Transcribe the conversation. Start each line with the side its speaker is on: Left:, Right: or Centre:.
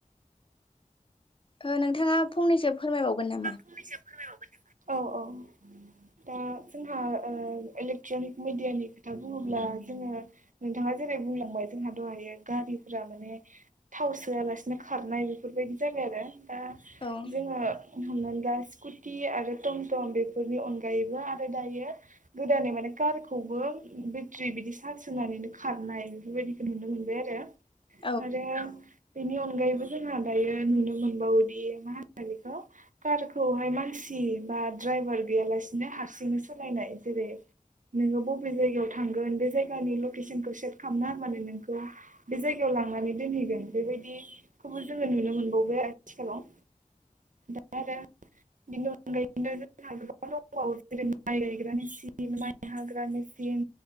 Left: ओ नोंथाङा फंनैसो फोरमायबावगोन नामा?
Right: फंनैसो फोरमायबावगोन नामा औ औ। दा जोंहा ओ इलेक्ट्रनिक मिडियानि खोथा बुङोब्ला जोङो। नोंथाङा जेरै बुंलांबाय जोंहा दहायो गारिफोरा माने। थाव सोआलासिनो खारनाय बेफोरबायदि जाबाय आरो दा
Left: औ
Right: जोङो हमनानै। दा स्कुटि आरो टमटम बेफोरनि अनगायैबो आरो दायो। गोदानै माने कारखौबो बेट्रि बिदि सार्ज होनानैनो खारनाय बेफोरबायदि। नुनो मोनबाय आरो
Left: औ
Right: आरो बेनि अनगायैबो जोंहा दायो नुनो मोनबावोदि मा होनो बेखौ। कारखौहाय मानसि बा द्राइभार गैयालासिनो हारसिंनो सालायनाय जेरै नोङो बबे जायगायाव थांगोन बे जायगानि लकेसनखौ सेट खालामना होबानो नोंखौ। बे जायगायाव लांनानै दोनहैगोन बेबायदि खौबो जोङो नुनो मोनबावबाय आथिखालाव। <unintelligible> बेनि अनगायैबो जोङो। <inaudible> जेरै माइ गायग्रा मेसिन माइ हाग्रा मेसिन।